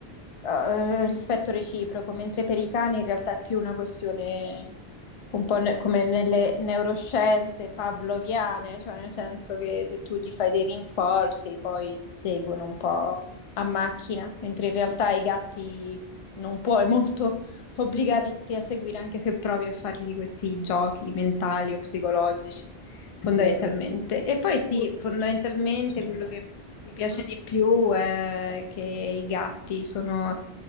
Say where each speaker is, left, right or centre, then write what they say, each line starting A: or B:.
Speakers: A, on the left; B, on the left.
A: eh, rispetto reciproco, mentre per i cani in realtà è più una questione un po' ne- come nelle neuroscienze pavloviane, cioè nel senso che se tu gli fai dei rinforzi poi ti seguono un po' a macchina, mentre in realtà i gatti non puoi molto obbligarti a seguire anche se provi a fargli questi giochi mentali o psicologici, fondamentalmente.
B: Quindi a, a-
A: E poi
B: a
A: sì,
B: tuo-
A: fondamentalmente quello che mi piace di più è che i gatti sono